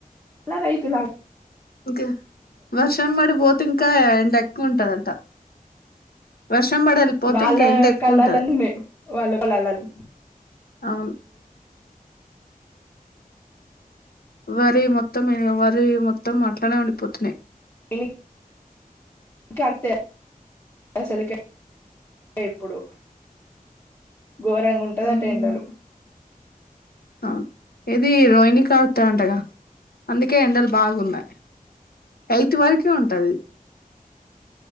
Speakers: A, on the left; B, on the left.
A: ల రైతుల
B: ఇంకు వర్షం పడి పోతే ఇంకా ఎండ ఎక్కువ ఉంటదంట వర్ష్ షం పడి ఎళ్ళిపోతే
A: వాళ్ళ
B: ఇంక ఎండ ఎక్కువ
A: కళ్ళాలన్నీ
B: ఉంటది
A: ఉన్నాయి వాళ్ళ పొలాలలో
B: అవును వరి మొత్తం ఇగ వరి మొత్తం అట్లనే ఉండిపోతున్నాయి
A: ఇని క అడితే అసలుకే ఇప్పుడు ఘోరంగుంటాదట
B: ఉమ్
A: ఎండలు
B: అవును ఎది రోహిణి కార్తె అంటగా అందుకే ఎండలు బాగున్నాయి ఐతు వరకే ఉంటది